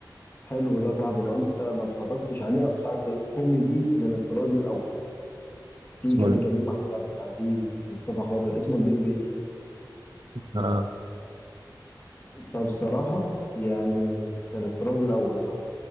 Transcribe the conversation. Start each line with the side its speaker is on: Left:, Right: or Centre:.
Left: حلو ده صاحبي لو أنت ما اتفرجتش عليه أنصحك كوميدي من الطراز الأول في
Right: اسمه
Left: كان
Right: ال-
Left: كريم محمود عبد العزيز ومصطفى خاطر اسمه البيت بيتي
Right: آه
Left: فبصراحة يعني من الطراز الأول صاحبي